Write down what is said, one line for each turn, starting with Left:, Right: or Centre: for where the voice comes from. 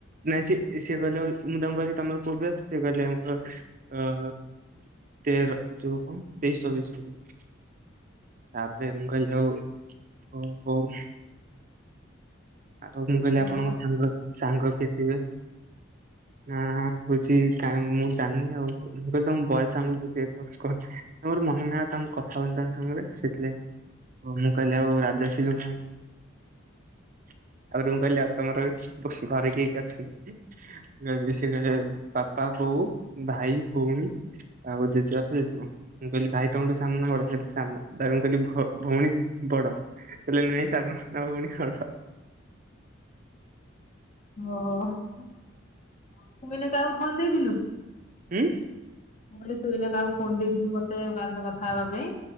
Right: ନାଇଁ ସେ ସିଏ କହିଲେ ମୁଁ ତାଙ୍କୁ କହିଲି ତମର କୋଉ ବ୍ୟାଚ ସିଏ କହିଲେ ଆମର ହଅ।
Left: ଅ
Right: ତେର ଚଉକୁ ତେଇଶି ଚବିଶି ତାପରେ ମୁଁ କହିଲି ହଉ ଆଉ ମୁଁ କହିଲି ଆପଣଙ୍କ
Left: ଓହୋ
Right: ସାଙ୍ଗ ସାଙ୍ଗ କିଏ ଥିବେ? ନା କହୁଚି କାଇଁ ମୁଁ ଜାଣିନି ଆଉ କହ ବୟସ ସା କ ମୋର ମନେ ନାହିଁ ତାଙ୍କ କଥା ହବ ତାଙ୍କ ସାଙ୍ଗରେ ଆସିଥିଲେ ହ ମୁଁ କହିଲି ଆଉ ରାଜାଶି ଲୁ ତାପରେ ମୁଁ କହିଲି ଆଉ ତମର ଘରେ କିଏ କିଏ ଅଛନ୍ତି? ସିଏ କହିଲେ ବାପା ବୋଉ ଭାଇ ବଉଣୀ। ଆଉ ଜେଜେ ବାପା ତ ଜେଜେ ମା। ମୁଁ କହିଲି ଭାଇ ତମଠୁ ସାନ ନା ଗଡ ସହିତ ସାନ ମୁଁ କହିଲି ଭଉଣୀ ବଡ଼। ଏ ସାନ ଭଉଣୀ ବଡ଼।
Left: ଓହୋ, ମୁଁ କହିଲି ଆଉ କାହାକୁ ଫୋନ ଦେଇଥିଲୁ?
Right: ହୁଁ
Left: ମୁଁ କହିଲି ତୁ ଏଇନା କାହାକୁ ଫୋନ ଦେଇଥିଲି ମତେ କା ସହିତ କଥା ହବା ପାଇଁ।